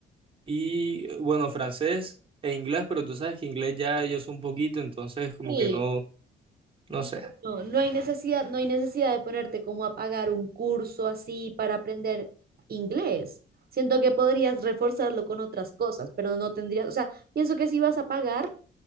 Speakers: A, on the right; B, on the right.
A: y, eh, bueno, francés e inglés, pero tú sabes que inglés ya yo sé un poquito, entonces como
B: Sí,
A: que no, no
B: No,
A: sé.
B: no, no hay necesidad, no hay necesidad de ponerte como a pagar un curso así para aprender inglés. Siento que podrías reforzarlo con otras cosas, pero no tendrías, o sea, pienso que si vas a pagar,